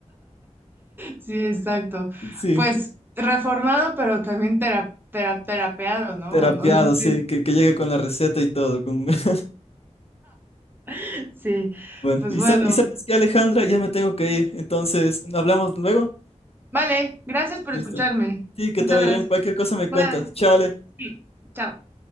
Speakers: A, on the right; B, on the left.
A: Sí, exacto.
B: Sí.
A: Pues reformado, pero también tera tera terapeado, ¿no?
B: Terapiado,
A: O No, no
B: sí,
A: sé.
B: que, que llegue con la receta y todo. Con... <laughs>
A: <laughs> Sí,
B: Bueno,
A: pues
B: y,
A: bueno.
B: sab- y sabes que Alejandra, ya me tengo que ir. Entonces, ¿hablamos luego?
A: Vale, gracias por
B: Listo.
A: escucharme.
B: Sí, que
A: Muchas
B: te vaya
A: gracias.
B: bien. Cualquier cosa me
A: Bye.
B: cuentas. Chao, Ale.
A: Sí, chao.